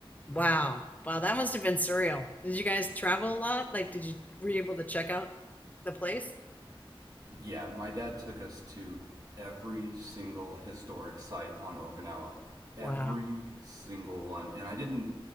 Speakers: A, on the left (about 15°); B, on the right (about 40°).
A: wow wow that must have been surreal. Did you guys travel a lot? Like did you were you able to check out the place?
B: Yeah, my dad took us to every single historic site on Okinawa. Every
A: Wow.
B: single one. And I didn't